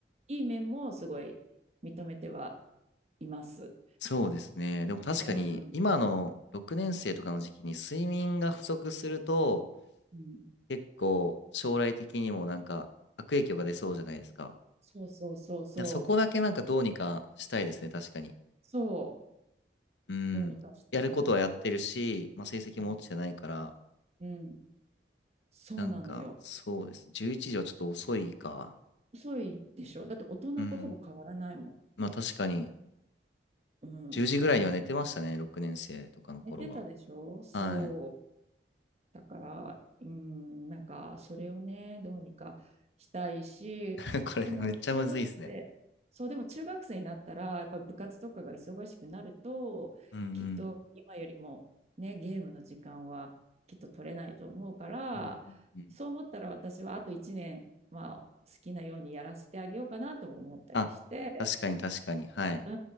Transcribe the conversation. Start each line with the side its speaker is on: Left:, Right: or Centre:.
Right: いい面もすごい認めてはいます。
Left: そうですね。でも確かに今の6年生とかの時期に睡眠が不足すると
Right: うん。うん、
Left: 結構将来的にもなんか悪影響が出そうじゃないですか。
Right: そうそうそうそう。
Left: いや、そこだけなんかどうにかしたいですね、確かに。
Right: そう。
Left: うん。
Right: どうにかしたいの。
Left: やることはやってるし、まあ、成績も落ちてないから、
Right: うん。うん。そうなのよ。
Left: なんかそうです。11時はちょっと遅いか。
Right: 遅いでしょだって大人とほぼ変わらないも
Left: うん。まあ確かに
Right: ん。
Left: 10時ぐらいには寝てましたね、
Right: うん。
Left: 6年生とかの頃は。
Right: 寝てたでしょそう。
Left: はい。
Right: だから、うん、なんか、それをね、どうにかしたいし、
Left: <laughs> これめっちゃむずいですね。
Right: でも、中学生、そう、でも中学生になったら、やっぱ部活とかが忙しくなると、
Left: うんうん。
Right: きっと今よりも、ね、ゲームの時間はきっと取れないと思うから、
Left: うんうんうん
Right: そう思ったら私はあと1年、まあ、好きなようにやらせてあげようかなとも思ったりして、
Left: あ、確かに確かに。はい。
Right: う